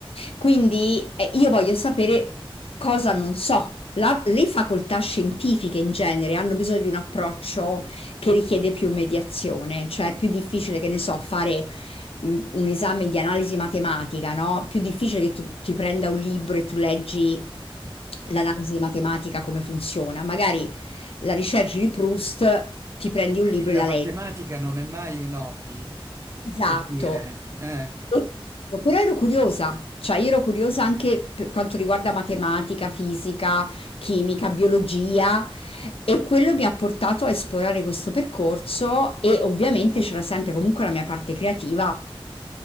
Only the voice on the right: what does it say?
Sì,
la
matematica
non è mai un hobby,
per dire. eh.